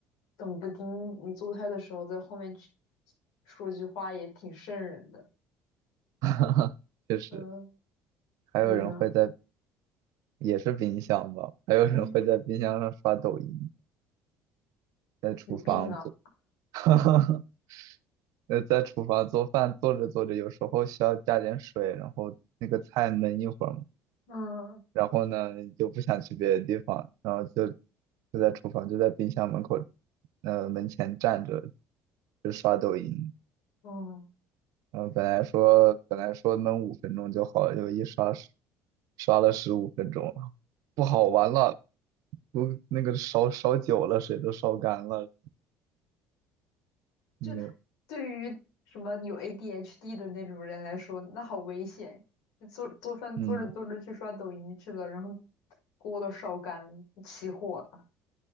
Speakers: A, on the left; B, on the right.
A: 等不丁你做菜的时候，在后面去说句话也挺瘆人的。
B: <laughs> 确实，
A: 嗯，
B: 还有人会在，
A: 你呢？
B: 也是冰箱吧，还有人会在冰箱上刷抖音，
A: 嗯，
B: 在厨房做，
A: 有病啊！
B: <laughs> 呃，在厨房做饭，做着做着，有时候需要加点水，然后那个菜焖一会儿嘛，
A: 嗯
B: 然后呢就不想去别的地方，然后就就在厨房就在冰箱门口，呃门前站着就刷抖音，
A: 嗯，
B: 然后本来说本来说能五分钟就好了，就一刷十刷了十五分钟了，不好玩了，我那个烧烧久了，水都烧干了，那个
A: 就对于什么有 ADHD 的那种人来说，那好危险。就做做饭做着做着去刷抖音去了，
B: 嗯，
A: 然后锅都烧干了，起火了，